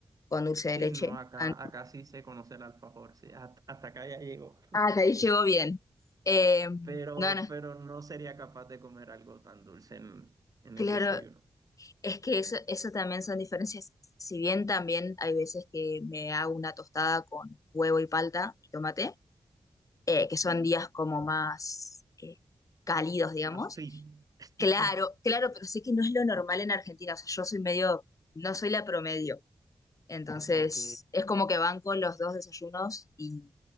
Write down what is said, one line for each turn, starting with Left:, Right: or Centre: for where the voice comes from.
Left: con dulce
Right: sí,
Left: de leche.
Right: no, acá,
Left: Ah, no.
Right: acá sí se conoce el alfajor, sí, hasta, hasta acá ya llego,
Left: Ah, hasta ahí llegó bien. Eh,
Right: pero,
Left: no, no,
Right: pero no sería capaz de comer algo tan dulce en, en
Left: claro,
Right: el desayuno.
Left: Es que eso, eso también son diferencias. Si bien también hay veces que me hago una tostada con huevo y palta y tomate, eh, que son
Right: Sí.
Left: días como más eh, cálidos, digamos.
Right: Más fit. <laughs>
Left: Claro, claro, pero sé que no es lo normal en Argentina. O sea, yo soy medio, no soy la promedio. Entonces,
Right: Ok.
Left: es como que van con los dos desayunos y